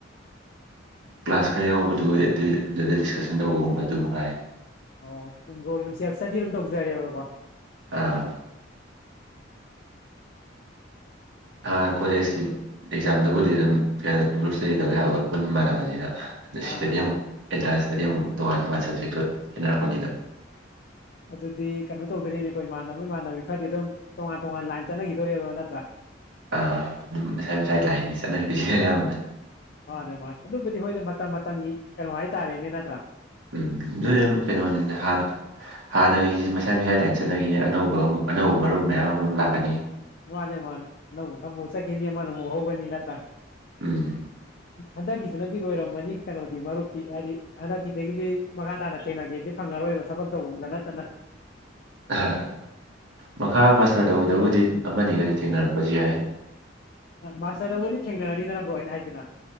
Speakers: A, on the right (about 70°); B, on the left (about 55°).
A: ꯀ꯭ꯂꯥꯁ ꯈꯔ ꯌꯥꯎꯕꯗꯨ ꯑꯗꯩ ꯑꯗꯨꯗ ꯗꯤꯁꯀꯁꯟ ꯇꯧꯕꯒꯨꯝꯕ ꯑꯗꯨ ꯃꯉꯥꯏ
B: ꯑꯣ ꯅꯟ ꯕꯔꯣ ꯒꯤꯗꯨꯝ ꯁꯦꯜꯁ ꯏꯁꯇꯗꯤ ꯑꯗꯨꯝ ꯇꯧꯖꯔꯦꯕꯀꯣ
A: ꯑꯥ ꯑꯥ ꯀꯣꯂꯦꯖꯀꯤ ꯑꯦꯛꯖꯥꯝꯗꯕꯨꯗꯤ ꯑꯗꯨꯝ ꯐꯦꯔꯠ ꯒ꯭ꯔꯨꯞ ꯏꯁ꯭ꯇꯗꯤ ꯇꯧꯕ ꯌꯥꯕ ꯄꯨꯟ ꯃꯥꯟꯅꯕꯅꯤꯅ ꯑꯗꯨ
B: ꯑꯥ
A: ꯁꯤꯗꯗꯤ ꯑꯃꯨꯛ ꯑꯤꯟꯇ꯭ꯔꯥꯟꯁꯇꯗꯤ ꯑꯃꯨꯛ ꯇꯣꯉꯥꯟ ꯇꯣꯉꯥꯟ ꯁꯕꯖꯦꯛꯇꯣ ꯈꯦꯠꯅꯔꯛꯄꯅꯤꯅ
B: ꯑꯗꯨꯗꯤ ꯀꯅꯣ ꯇꯧꯗꯣꯔꯤꯅꯦꯀꯣ ꯏꯃꯥꯟꯅꯕ ꯏꯃꯥꯟꯅꯕꯤ ꯈꯔꯗꯤ ꯑꯗꯨꯝ ꯇꯣꯉꯥꯟ ꯇꯣꯉꯥꯟ ꯂꯥꯏꯟ ꯆꯠꯅꯒꯤꯗꯣꯔꯤꯕ ꯅꯠꯇ꯭ꯔꯥ
A: ꯑ ꯑꯗꯨꯝ ꯃꯁꯥꯏ ꯃꯁꯥꯏ ꯂꯥꯏꯟꯅꯤ ꯆꯠꯅꯒꯤꯗꯣꯏꯁꯦ ꯑꯌꯥꯝꯕꯅ
B: ꯃꯥꯅꯦ ꯃꯥꯅꯦ ꯑꯗꯨꯕꯨꯗꯤ ꯍꯈꯣꯏꯗ ꯃꯇꯝ ꯃꯇꯝꯒꯤ ꯀꯩꯅꯣ ꯍꯥꯏꯇꯥꯔꯦꯅꯦ ꯅꯠꯇ꯭ꯔꯥ
A: ꯎꯝ ꯗꯨꯏꯝ ꯀꯩꯅꯣꯅꯤꯗ ꯍꯥꯅ ꯍꯥꯟꯅꯏ ꯃꯁꯥꯏ ꯃꯁꯥ ꯂꯥꯏꯅ ꯆꯠꯅꯒꯤꯅꯦ ꯑꯅꯧꯕ ꯑꯃꯨ ꯑꯅꯧꯕ ꯃꯔꯨꯞ ꯃꯌꯥꯝ ꯑꯃꯨ ꯂꯥꯛꯀꯅꯤ
B: ꯃꯥꯅꯦ ꯃꯥꯟ ꯅꯧꯕ ꯈꯥꯕꯨ ꯆꯠꯈꯤꯅꯤ ꯑꯃ ꯅ ꯍꯧꯒꯅꯤ ꯅꯇ
A: ꯎꯝ
B: ꯍꯟꯗꯛꯀꯤꯁꯤꯅꯗꯤ ꯂꯣꯏꯔꯝꯃꯅꯤ ꯀꯩꯅꯣꯗꯤ ꯃꯔꯨꯞꯇꯤ ꯍꯥꯏꯗꯤ ꯍꯟꯗꯛꯀꯤꯗꯒꯤꯗꯤ ꯃꯈꯥ ꯇꯥꯅ ꯆꯦꯡꯅꯒꯦꯗꯤ ꯐꯪ ꯑꯔꯣꯏꯕ ꯊꯕꯛ ꯇꯧꯕꯝꯗ ꯅꯠꯇꯅ
A: ꯑꯍ ꯃꯈꯥ ꯃꯥꯁꯇꯔ ꯇꯧꯕꯗꯕꯨꯗꯤ ꯑꯃꯅꯤꯒꯗꯤ ꯊꯦꯡꯅꯔꯛꯄꯁꯨ ꯌꯥꯏ
B: ꯃꯥꯁꯇꯔꯗꯕꯨꯗꯤ ꯊꯦꯡꯅꯔꯅꯤꯗꯅ ꯕ꯭ꯔꯣ ꯑꯩꯅ ꯍꯥꯏꯁꯤꯅ